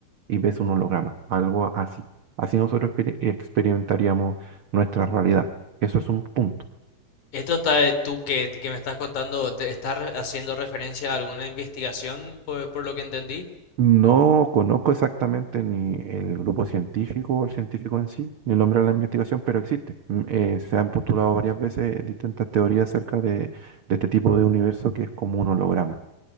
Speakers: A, on the right; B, on the left.
A: y ves un holograma, algo así. Así nosotros exper- experimentaríamos nuestra realidad. Eso es un punto.
B: Esto está, de tú que, que me estás contando, ¿te estás re- haciendo referencia a alguna investigación por por lo que entendí?
A: No conozco exactamente ni el grupo científico o el científico en sí, ni el nombre de la investigación, pero existe. Mm, eh, se han postulado varias veces distintas teorías acerca de, de este tipo de universo que es como un holograma,